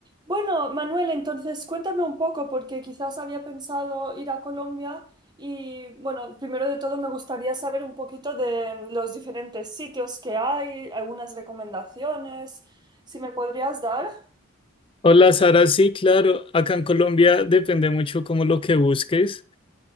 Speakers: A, on the right; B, on the left.
A: Bueno, Manuel, entonces cuéntame un poco, porque quizás había pensado ir a Colombia y, bueno, primero de todo me gustaría saber un poquito de los diferentes sitios que hay, algunas recomendaciones, si me podrías dar.
B: Hola Sara, sí, claro, acá en Colombia depende mucho como lo que busques.